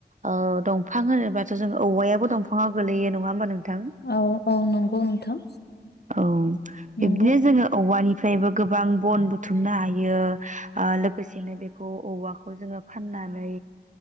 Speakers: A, on the right; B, on the left.
A: ओ दंफां होनोबाथ' जों औवायाबो दंफाङाव गोलैयो नङा होमा नों थां
B: औ औ नंगौ नोंथां
A: औ
B: नंगौ
A: बिब्दिनो जोङो औवानि फ्रायबो गोबां बन बुथुमनो हायो लोगोसेनो बेखौ औवाखौ जोङो फाननानै